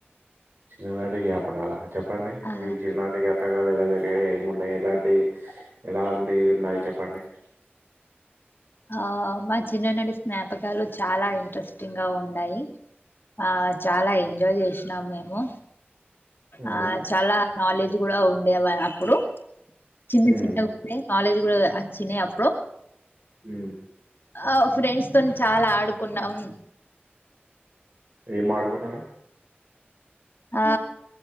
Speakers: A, on the right; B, on the left.
A: చిన్ననాటి జ్ఞపకాల చెప్పండి
B: ఆ
A: మీ చినాటి గాప్ క లు ఎలా జరిగాయి ఏమి ఉన్నాయి ఎలాంటి ఎలాంటివి ఉన్నాయి చెప్పండి
B: ఆ మా చిన్ననాటి స్నాపకాలు చాలా ఇంట్రెస్టింగ్ గా ఉన్ డాయ్ ఆ చాలా ఎంజాయ్ చేసినాం మేము
A: అవునా
B: ఆ చాలా నాలెడ్జ్ కూడా ఉండే అప్పుడు చిన్న
A: ఉమ్
B: చిన్నగా ఉండే నాలెడ్జ్ <unintelligible> అచ్చినయ్ అప్పుడు
A: ఉమ్
B: అవ్ ఫ్రెండ్స్ తోని చాలా ఆడుకున్నాం
A: ఏం ఆడుకున్నారు
B: ఆ